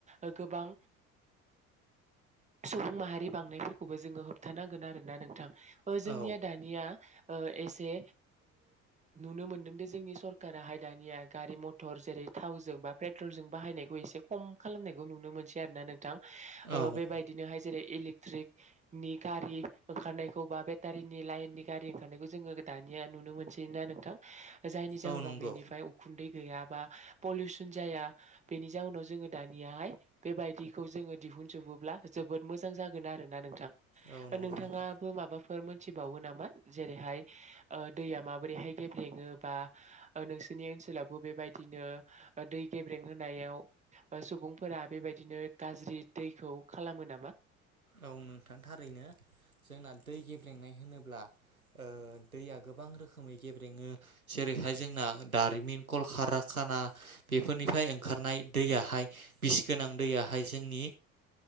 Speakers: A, on the right (about 15°); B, on the right (about 85°).
A: ओ गोबां सुबुं माहारि बांनायफोरखौबो जोङो होबथानांगोन आरोना नोंथां। ओ जोंनिया
B: औ
A: दानिया एसे नुनो मोनदों दि जोंनि सरका हाय दानिया गारि मथर जेरै थावजों बा पेट्रलजों बाहायनायखौ एसे खम खालामनायखौ नुनो मोनसै आरो ना नोंथां।
B: औ
A: बेबायदिनोहाय जेरै इलेक्ट्रिकनि गारि ओंखारनायखौ बा बेटारिनि लाइननि गारि ओंखारनायखौ जोङो दानि नुनो मोनो नोंथां जायनि जउनाव
B: औ नंगौ
A: बेनिफ्राय उखुन्दै गैया बा पलिउसन जाया बेनि जाउनाव जोङो दानियाहाय बेबायदिखौ जोङो दिहुनजोबोब्ला जोबोद मोजां जागोन आरोना नोंथां
B: औ नंगौ
A: नोंथाङाबो
B: नोंथां
A: माबाफोर मिथिबावो नामा जेरैहाय दैया माबोरैहाय गेब्रेङोब बा नोंसोरनि ओनसोलावबो बेबायदिनो दै गेब्रें होनायाव सुबुंफोरा बेबायदिनो गाज्रि दैखौ खालामो नामा?
B: औ नोंथां थारैनो जोंना दै गेब्लेंनाय होनोब्ला ओ दैया गोबां रोखोमै गेब्रेङो जेरैहाय जोंना दारिमिन कल खा खाना बेफोरनिफ्राय ओंखारनाय दैयहाय बिस गोनां दैयहाय जोंनि